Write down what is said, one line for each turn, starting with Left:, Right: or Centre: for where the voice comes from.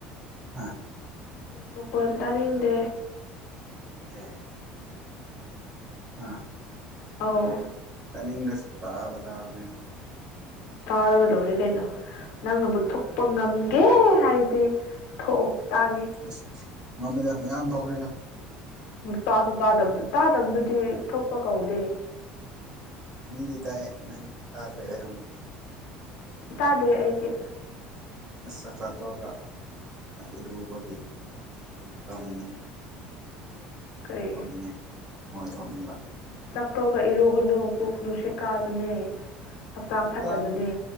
Right: ꯍꯥ
Left: ꯃꯣꯏ ꯃꯈꯣꯟ ꯇꯥꯅꯤꯡꯗꯦ
Right: ꯇꯅꯤꯡꯗꯦ ꯍꯥ
Left: ꯑꯧ
Right: ꯇꯅꯤꯡꯗ꯭ꯔꯁꯨ ꯇꯥꯕ ꯇꯥꯕꯅꯤꯅ
Left: ꯇꯥꯔꯒ ꯂꯣꯏꯔꯦ ꯀꯩꯅꯣ ꯅꯪꯅꯕꯨ ꯊꯣꯛꯄ ꯉꯝꯒꯦ ꯍꯥꯏꯔꯗꯤ ꯊꯣꯛꯑꯣ ꯇꯥꯒꯦ
Right: ꯑꯁ ꯃꯃꯦꯗ ꯃꯌꯥꯝ ꯊꯣꯛꯈ꯭ꯔꯦꯗ
Left: ꯇꯥꯁꯨ ꯇꯥꯗꯕ ꯇꯥꯗꯕꯗꯨꯗꯤ ꯊꯣꯛꯄ ꯀꯧꯗꯦ
Right: ꯃꯤꯗꯤ ꯇꯥꯏꯌꯦ ꯅꯪ ꯇꯥꯗꯔꯒ ꯂꯔꯝꯅꯤ
Left: ꯇꯥꯗꯦ ꯑꯩꯗꯤ
Right: ꯆꯥꯛ ꯆꯥꯊꯣꯛꯑꯒ ꯏꯔꯨꯕꯒꯤ ꯀꯩꯅꯣ ꯇꯧꯅꯤꯡꯉꯤ ꯃꯣꯏ
Left: ꯀꯔꯤ
Right: ꯊꯣꯛꯅꯤꯡꯉꯤ ꯃꯣꯏ ꯊꯣꯛꯅꯤꯡꯕ
Left: ꯇꯣꯛꯑꯒ ꯏꯔꯨꯕꯡꯒꯅꯨ ꯄꯨꯛ ꯅꯨꯡꯁꯤꯠ ꯀꯥꯕꯅꯦ ꯍꯛꯆꯥꯡ
Right: ꯃꯇꯥꯡ
Left: ꯐꯠꯇꯕꯅꯦ